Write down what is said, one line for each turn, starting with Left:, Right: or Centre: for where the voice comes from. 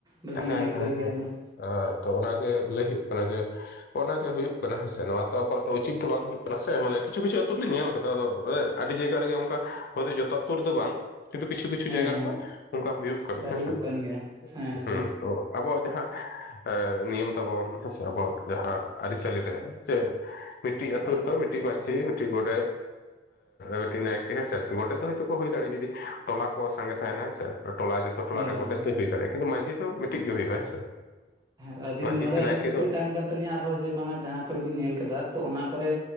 Right: ᱵᱷᱟᱹᱜᱤ
Left: ᱦᱮᱸ
Right: ᱞᱤᱧ ᱟᱹᱭᱠᱟᱹᱣ
Left: ᱦᱮᱸ ᱦᱮᱸ
Right: ᱠᱮᱭᱟ ᱦᱩᱱᱟᱹᱝ
Left: ᱛᱚ ᱚᱱᱟᱜᱮ ᱞᱟᱹᱭ ᱦᱩᱭᱩᱜ ᱠᱟᱱᱟ ᱡᱮ ᱚᱱᱟᱜᱮ ᱦᱩᱭᱩᱜ ᱠᱟᱱᱟ ᱦᱮᱸ ᱥᱮ ᱱᱚᱣᱟ ᱛᱚ ᱟᱵᱚᱣᱟᱜ ᱫᱚ ᱩᱪᱤᱛ ᱫᱚ ᱵᱟᱝ ᱦᱩᱭᱩᱜ ᱠᱟᱱᱟ ᱥᱮ ᱢᱟᱱᱮ ᱠᱤᱪᱷᱩ ᱠᱤᱪᱷᱩ ᱟᱛᱩ ᱨᱮᱞᱤᱧ ᱧᱮᱞ ᱟᱠᱟᱫᱟ ᱟᱫᱚ ᱟᱹᱰᱤ ᱡᱟᱭᱜᱮ ᱨᱮᱜᱮ ᱚᱱᱠᱟ ᱦᱚᱭᱛᱚ ᱡᱚᱛᱚ ᱟᱛᱩ ᱨᱮᱫᱚ ᱵᱟᱝ ᱠᱤᱱᱛᱩ ᱠᱤᱪᱷᱩ ᱠᱤᱪᱷᱩ
Right: ᱦᱮᱸ
Left: ᱡᱟᱭᱜᱟ ᱨᱮᱫᱚ ᱚᱱᱠᱟ ᱦᱩᱭᱩᱜ ᱠᱟᱱᱟ
Right: ᱚᱱᱠᱟ
Left: ᱦᱮᱸᱥᱮ
Right: ᱦᱩᱭᱩᱜ ᱠᱟᱱ ᱜᱮᱭᱟ
Left: <unintelligible>
Right: ᱦᱮᱸ
Left: ᱦᱩᱸ ᱛᱚ ᱟᱵᱚᱣᱟᱜ ᱡᱟᱦᱟᱸ ᱮ ᱱᱤᱭᱚᱢ ᱛᱟᱵᱚᱱ ᱟᱵᱚᱣᱟᱜ ᱡᱟᱦᱟᱸ ᱟᱹᱨᱤᱪᱟᱞᱤ ᱨᱮ ᱡᱮ ᱢᱤᱫᱴᱤᱡ ᱟᱛᱩ
Right: ᱟᱪᱪᱷᱟ
Left: ᱨᱮᱫᱚ ᱢᱤᱫᱴᱤᱡ ᱢᱟᱡᱷᱤ ᱢᱤᱫᱴᱤᱡ ᱜᱰᱮᱛ ᱢᱤᱫᱴᱤᱡ ᱱᱟᱭᱠᱮ ᱦᱮᱸ ᱥᱮ ᱜᱰᱮᱛ ᱫᱚ <unintelligible> <unintelligible> ᱠᱚ ᱦᱩᱭ ᱫᱟᱲᱮᱭᱟᱜ ᱡᱚᱫᱤ ᱴᱚᱞᱟ ᱠᱚ ᱥᱟᱜᱮ ᱛᱟᱦᱮᱱᱟ ᱦᱮᱸ ᱥᱮ ᱴᱚᱞᱟ ᱡᱚᱛᱚ ᱴᱚᱞᱟ
Right: ᱦᱮᱸ
Left: ᱨᱮ ᱜᱚᱰᱮᱛ ᱫᱚᱭ ᱦᱩᱭ ᱫᱟᱲᱮᱜ-ᱟ᱾ ᱠᱤᱱᱛᱩ ᱢᱟᱡᱷᱤ ᱫᱚ ᱢᱤᱴᱤᱡ ᱜᱮ ᱦᱩᱭᱩᱜᱼᱟ ᱦᱮᱸᱥᱮ?
Right: ᱟᱫᱤᱱ
Left: ᱢᱟᱺᱡᱷᱤ
Right: ᱱᱚᱰᱮ
Left: ᱥᱮ
Right: ᱟᱞᱮ
Left: ᱱᱟᱭᱠᱮ
Right: ᱠᱩᱠᱞᱤ
Left: ᱫᱚ
Right: ᱛᱟᱦᱮᱱ ᱠᱟᱱ ᱛᱟᱹᱟᱞᱤᱧᱟ ᱟᱨᱦᱚᱸ ᱡᱮ ᱵᱟᱝᱟ ᱡᱟᱦᱟᱸ ᱠᱚᱨᱮ ᱵᱤᱱ ᱧᱮᱞ ᱠᱟᱫᱟ ᱛᱚ ᱚᱱᱟ ᱠᱚᱨᱮ